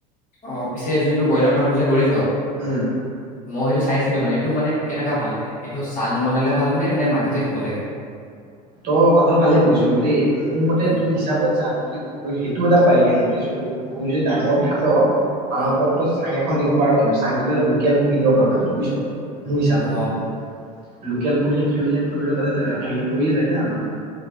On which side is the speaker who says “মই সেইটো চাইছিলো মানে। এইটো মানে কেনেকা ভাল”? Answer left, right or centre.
Left